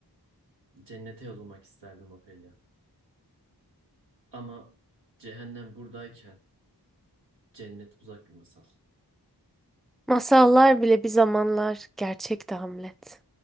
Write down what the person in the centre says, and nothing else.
Masallar bile bir zamanlar gerçekti Hamlet.